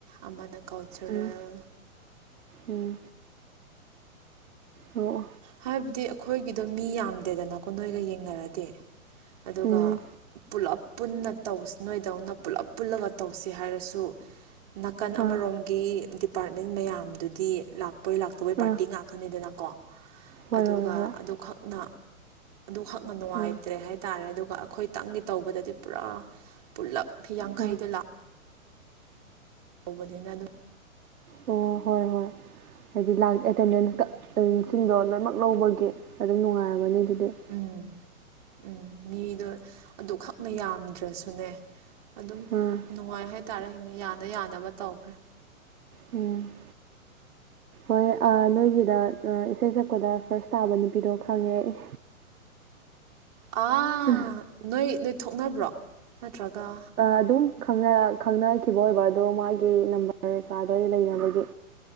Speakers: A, on the right; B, on the right.
A: ꯑꯃꯅ ꯀꯜꯆꯔꯦꯜ
B: ꯎꯝ ꯎꯝ ꯎꯝ ꯑꯣ ꯑꯣ
A: ꯍꯥꯏꯕꯗꯤ ꯑꯩꯈꯣꯏꯒꯤꯗꯣ ꯃꯤ ꯌꯥꯝꯗꯦꯗꯅꯀꯣ ꯅꯣꯏꯒ ꯌꯦꯡꯅꯔꯗꯤ ꯑꯗꯨꯒ
B: ꯎꯝ
A: ꯄꯨꯂꯞ ꯄꯨꯟꯅꯧ ꯅꯣꯏꯗꯧꯅ ꯄꯨꯂꯞ ꯄꯨꯜꯂꯒ ꯇꯧꯁꯤ ꯍꯥꯏꯔꯁꯨ ꯅꯥꯀꯟ ꯑꯃꯔꯣꯝꯒꯤ
B: ꯑꯥ
A: ꯗꯤꯄꯥꯔꯠꯃꯦꯟ ꯃꯌꯥꯝꯗꯨꯗꯤ ꯂꯥꯛꯄꯣꯏ ꯂꯥꯛꯇꯕꯣꯏ ꯄꯥꯔꯇꯤ
B: ꯑꯥ
A: ꯉꯥꯛꯀꯅꯤꯗꯅꯀꯣ
B: ꯍꯣꯏ
A: ꯑꯗꯨꯒ
B: ꯍꯣꯏ ꯍꯣꯏ
A: ꯑꯗꯨꯈꯛꯅ ꯑꯗꯨ ꯍꯛꯅꯥ ꯅꯨꯡꯉꯥꯏꯇ꯭ꯔꯦ
B: ꯑꯥ
A: ꯍꯥꯏꯇꯥꯔꯦ ꯑꯗꯨꯒ ꯑꯩꯈꯣꯏꯇꯪꯒꯤ ꯇꯧꯕꯗꯗꯤ ꯄꯨꯔꯥ ꯄꯨꯂꯞ ꯌꯥꯡꯈꯩꯗ
B: ꯑꯥ
A: ꯂꯥꯛ ꯇꯧꯕꯅꯤꯅ ꯑꯗꯨꯝ
B: ꯑꯣ ꯍꯣꯏ ꯍꯣꯏ ꯍꯥꯏꯗꯤ ꯂꯥꯛ ꯑꯦꯇꯦꯟꯗꯦꯟꯁ ꯁꯤꯡꯗꯣ ꯂꯣꯏꯅꯃꯛ ꯂꯧꯕꯒꯤ ꯑꯗꯨꯝ ꯅꯨꯡꯉꯥꯏꯔꯕꯅꯤ ꯑꯗꯨꯗꯤ ꯍꯨ
A: ꯎꯝ ꯎꯝ ꯃꯤꯗꯣ ꯑꯗꯨ ꯈꯛꯅ ꯌꯥꯝꯗ꯭ꯔꯁꯨꯅꯦ ꯑꯗꯨꯝ
B: ꯑꯥ
A: ꯅꯨꯡꯉꯥꯏ ꯍꯥꯏꯇꯥꯔꯦ ꯌꯥꯅ ꯌꯥꯅꯕ ꯇꯧꯈ꯭ꯔꯦ
B: ꯎꯝ ꯍꯣꯏ ꯅꯣꯏꯒꯤꯗ ꯏꯁꯩ ꯁꯛꯄꯗ ꯐꯥꯔꯁ ꯇꯥꯕ ꯅꯨꯄꯤꯗꯣ ꯈꯪꯉꯦ
A: ꯑ
B: ꯑꯥ
A: ꯅꯣꯏ ꯅꯣꯏ ꯊꯣꯛꯅꯕ꯭ꯔꯣ ꯅꯠꯇ꯭ꯔꯒ
B: ꯑꯗꯨꯝ ꯈ‌ꯪꯅꯥ ꯈꯪꯅꯈꯤꯕ ꯑꯣꯏꯕ ꯑꯗꯣ ꯃꯥꯒꯤ ꯅꯝꯕꯔ ꯑꯃꯦꯔꯤꯀꯥꯗ ꯂꯩꯅꯕꯒꯤ